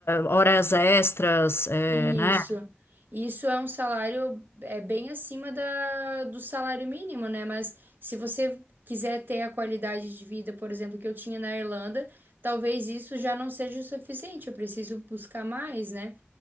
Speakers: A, on the left; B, on the right.
A: horas extras, é,
B: isso,
A: né?
B: isso é um salário é bem acima da, do salário mínimo, né? Mas se você quiser ter a qualidade de vida, por exemplo, que eu tinha na Irlanda, talvez isso já não seja o suficiente, eu preciso buscar mais, né?